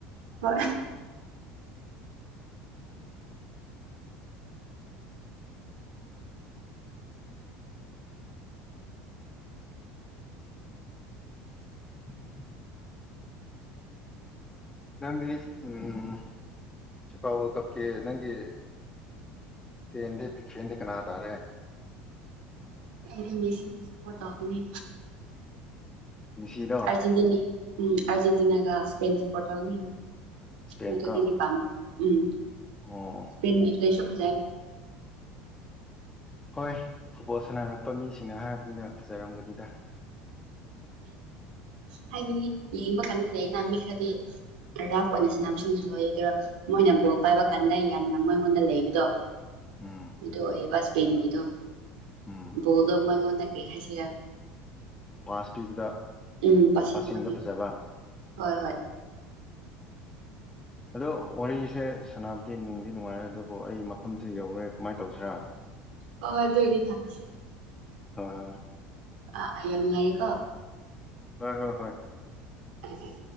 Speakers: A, on the right (about 80°); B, on the left (about 20°).
A: ꯍꯣꯏ
B: <unintelligible> ꯅꯪꯗꯤ ꯎꯝ ꯐꯤꯐꯥ ꯋꯥꯔꯜ ꯀꯞꯀꯤ ꯅꯪꯒꯤ ꯐꯦꯟꯗꯤ ꯕꯤꯛ ꯐꯦꯟꯗꯤ ꯀꯅꯥ ꯇꯥꯔꯦ
A: ꯑꯩꯗꯤ ꯃꯦꯁꯤꯕꯨ ꯁꯄꯣꯠ ꯇꯧꯕꯅꯤ
B: ꯃꯤꯁꯤꯗꯣ
A: ꯑꯔꯖꯦꯟꯇꯤꯅꯤ ꯎꯝ ꯑꯔꯖꯦꯟꯇꯤꯅꯥꯒ ꯁ꯭ꯄꯦꯟ ꯁꯄ꯭ꯔꯣꯠ ꯇꯧꯅꯤ
B: ꯏꯁꯄꯦꯟ
A: ꯃꯗꯨꯗꯗꯤ
B: ꯀꯣ
A: ꯄꯥꯝꯃꯦ ꯎꯝ
B: ꯑꯣ
A: ꯁ꯭ꯄꯦꯟꯒꯤ ꯄ꯭ꯂꯦꯁꯨ ꯐꯖꯥꯏ
B: ꯍꯣꯏ ꯐꯨꯠꯕꯣꯜ ꯁꯥꯟꯅꯔꯛꯄ ꯃꯤꯁꯤꯡꯅ ꯍꯥꯏꯔꯕꯅꯤꯅ ꯐꯖꯔꯝꯒꯅꯤꯗ
A: ꯍꯥꯏꯕꯗꯤ ꯌꯦꯡꯕ ꯀꯥꯟꯗ ꯂꯩꯌꯦꯅ ꯃꯤ ꯈꯔꯗꯤ ꯔꯐ ꯑꯣꯏꯅ ꯁꯥꯟꯅꯕꯁꯤꯡꯁꯨ ꯂꯣꯏꯌꯦ ꯇꯦꯔꯥ ꯃꯣꯏꯅ ꯕꯣꯜ ꯄꯥꯏꯕ ꯀꯥꯟꯗ ꯌꯥꯝꯅ ꯃꯣꯏꯉꯣꯟꯗ ꯂꯩꯕꯗꯣ
B: ꯎꯝ
A: ꯑꯗꯨ ꯑꯣꯏꯕꯁ ꯄꯦꯟꯒꯤꯗꯣ
B: ꯎꯝ
A: ꯕꯣꯜꯗꯨ ꯃꯉꯣꯟꯗ ꯀꯩ ꯍꯥꯏꯁꯤꯔ
B: ꯄꯥꯁ ꯄꯤꯕꯗ
A: ꯎꯝ ꯄꯥꯁꯤꯡ
B: ꯄꯥꯁꯤꯡꯗ
A: ꯃꯄꯤ
B: ꯐꯖꯕ
A: ꯍꯣꯏ ꯍꯣꯏ
B: ꯑꯗꯣ ꯋꯥꯔꯤꯁꯦ ꯁꯅꯥꯕꯨꯗꯤ ꯅꯨꯡꯗꯤ ꯅꯨꯡꯉꯥꯏꯔꯦ ꯑꯗꯨꯕꯨ ꯑꯩ ꯃꯐꯝꯁꯦ ꯌꯧꯔꯦ ꯀꯃꯥꯏꯅ ꯇꯧꯁꯦꯔꯥ
A: ꯍꯣ ꯍꯣꯏ ꯑꯗꯨ ꯑꯣꯏꯗꯤ ꯊꯝꯁꯤ
B: ꯍꯣꯏ ꯍꯣꯏ
A: ꯑ ꯑꯩ ꯌꯥꯝ ꯅꯨꯉꯥꯏꯌꯦꯀꯣ
B: ꯍꯣꯏ ꯍꯣꯏ ꯍꯣꯏ
A: ꯎꯝ ꯎꯝ